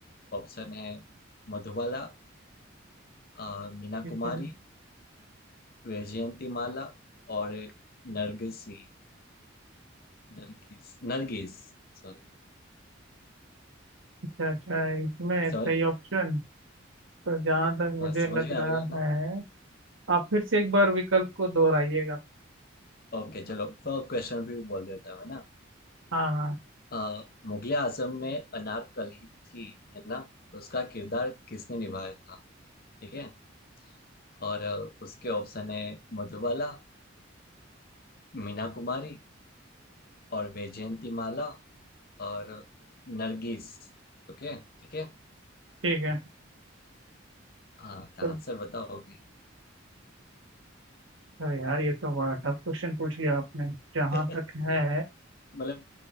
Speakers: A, on the left; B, on the right.
A: ऑप्शन है मधुबाला अ, मीना
B: ठीक
A: कुमारी
B: है
A: वैजयंती माला और नरगिसी नरगिस नरगिस सॉरी
B: अच्छा अच्छा इसमें
A: सर
B: सही ऑप्शन तो जहाँ तक मुझे
A: समझ
B: लग
A: में आ
B: रहा
A: गया ना
B: है आप फिर से एक बार विकल्प को दोहराइएगा
A: ओके चलो तो क्वेश्चन भी बोल देता हूँ है ना
B: हाँ हाँ
A: अ, मुगले आजम में अनारकली थी है ना तो उसका किरदार किसने निभाया था ठीक है और अ, उसके ऑप्शन है मधुबाला मीना कुमारी और वैजयंती माला और नरगिस ओके ठीक है
B: ठीक है
A: हाँ तो
B: तो
A: आंसर बताओ अभी।
B: अरे यार ये तो बड़ा टफ क्वेश्चन पूछ लिया आपने जहाँ
A: <laughs>
B: तक है
A: मतलब